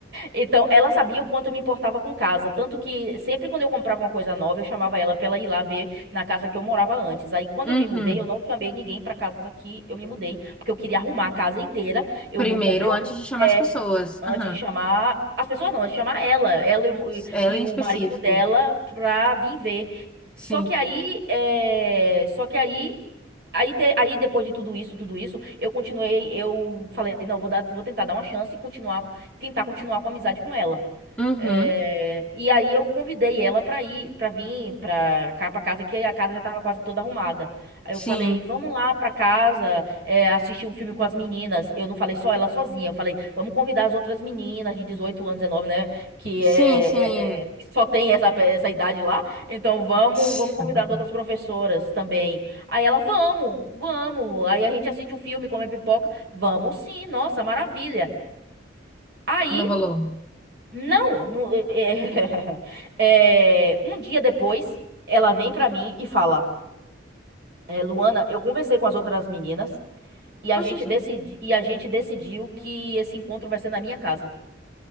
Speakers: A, on the right; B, in the centre.
A: Então, ela sabia o quanto eu me importava com casa. Tanto que sempre quando eu comprava uma coisa nova, eu chamava ela pra ela ir lá ver na casa que eu morava antes. Aí, quando
B: Uhum.
A: eu me mudei, eu não chamei ninguém pra casa que eu me mudei, porque eu queria arrumar a casa inteira. Eu
B: Primeiro,
A: bo- comprei um.
B: antes de chamar
A: é,
B: as pessoas.
A: Antes
B: Aham.
A: de chamar. As pessoas não, antes de chamar ela. Ela e o, e-
B: Ela
A: e
B: em
A: o
B: específico.
A: marido dela pra vir ver.
B: Sim.
A: Só que aí. É, só que aí. Aí, te- aí depois de tudo isso, tudo isso, eu continuei, eu falei, não, vou dar, vou tentar dar uma chance e continuar, tentar continuar com a amizade com ela.
B: Uhum.
A: É, e aí eu convidei ela para ir, para vir para cá para casa, que a casa já estava quase toda arrumada. Aí
B: Sim.
A: eu falei, vamos lá para casa, é, assistir um filme com as meninas. Eu não falei só ela sozinha, eu falei, vamos convidar as outras meninas de 18 anos, 19, né, que
B: Sim,
A: é,
B: sim.
A: é- é- que só tem essa, pe- essa idade lá. Então vamos,
B: <tsk>
A: vamos convidar as outras professoras também. Aí ela, vamos, vamos. Aí a gente assiste um filme, come pipoca. Vamos sim, nossa, maravilha. Aí
B: Não rolou.
A: não, não- <laughs> é, um dia depois, ela vem pra mim e fala: "É, Luana, eu conversei com as outras meninas e a
B: Oxe,
A: gente
B: gente.
A: decidi, e a gente decidiu que esse encontro vai ser na minha casa.